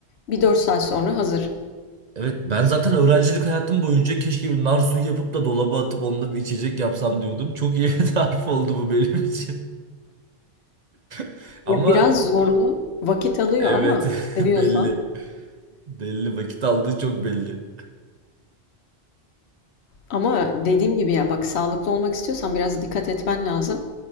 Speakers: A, on the left (about 80°); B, on the right (about 50°).
A: Bir 4 saat sonra hazır.
B: Evet ben zaten öğrencilik hayatım boyunca keşke bir nar suyu yapıp da dolaba atıp onunla bir içecek yapsam diyordum. Çok iyi bir <laughs> tarif oldu bu benim için. <laughs> Ama
A: Ya biraz zorlu, vakit alıyor
B: evet
A: ama seviyorsan.
B: <laughs> belli. Belli vakit aldığı çok belli.
A: Ama dediğim gibi ya bak sağlıklı olmak istiyorsan biraz dikkat etmen lazım.